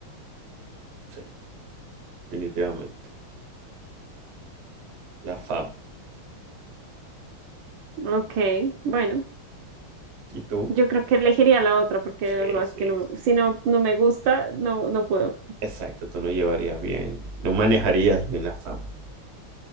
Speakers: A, on the right (about 55°); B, on the right (about 75°).
A: Sí, definitivamente. La fama.
B: Ok, bueno,
A: ¿Y tú?
B: yo creo que elegiría la otra porque
A: Sí,
B: de verdad
A: sí,
B: es que no,
A: sí.
B: si no, no me gusta, no, no puedo.
A: Exacto, tú no llevarías bien, no manejarías bien la fama.